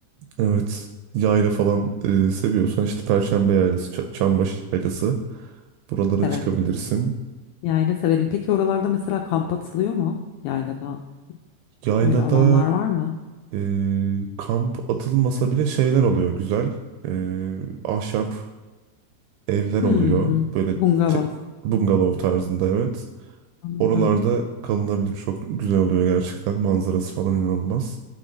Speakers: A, on the right (about 85°); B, on the left (about 85°).
A: Evet. Yayla falan e, seviyorsan işte Perşembe Yaylası, Ç- Çambaşı Yaylası buralara
B: severim.
A: çıkabilirsin.
B: Yayla severim. Peki oralarda mesela kamp atılıyor mu? Yaylada
A: Yaylada
B: öyle alanlar var mı?
A: e, kamp atılmasa bile şeyler oluyor güzel. E, ahşap evler
B: Hmm,
A: oluyor. Böyle
B: bungalov.
A: te- bungalov tarzında evet.
B: Anladım.
A: Oralarda kalınabilir çok güzel oluyor gerçekten. Manzarası falan inanılmaz.